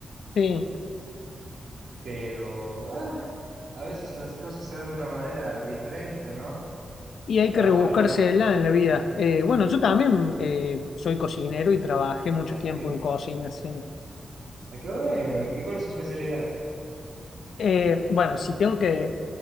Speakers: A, on the left; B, on the right.
A: sí.
B: Pero ah, a veces las cosas se dan de una manera diferente, ¿no?
A: Y hay
B: Y
A: que
B: ahora,
A: rebuscársela
B: eh,
A: en la vida. Eh, bueno, yo también eh, soy cocinero y trabajé mucho
B: ¿ah,
A: tiempo
B: sí?
A: en cocina, sí.
B: Ah, qué bueno. ¿Y cuál es su especialidad?
A: Eh, bueno, si tengo que